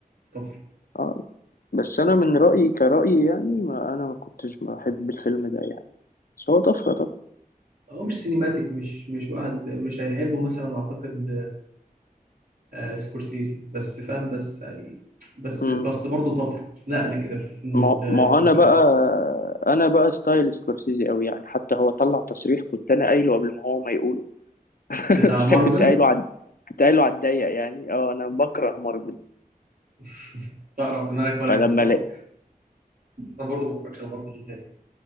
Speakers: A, on the right; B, on the left.
A: طفرة
B: اه بس انا من رايي كرايي يعني ما انا ما كنتش بحب الفيلم ده يعني بس هو طفره طبعا
A: هو مش سينيماتيك مش مش واحد مش هيحبه مثلا أعتقد آه سكورسيزي بس فاهم بس يعني، بس
B: امم
A: بس برضه طفل نقلة كده في المونتاج
B: ما ما هو انا
A: وفي
B: بقى
A: الأفكار
B: انا بقى ستايل سكورسيزي قوي يعني حتى هو طلع تصريح كنت انا قايله قبل ما هو ما يقوله <laughs>
A: بتاع
B: بس
A: مارفل
B: أنا كنت قايله عد... كنت قايله على الضيق يعني اه انا بكره مارفل
A: <laughs> تعرف إن أنا كولا
B: فلما
A: و-
B: لقيت
A: أنا برضه ما اتفرجش على مارفل نهائي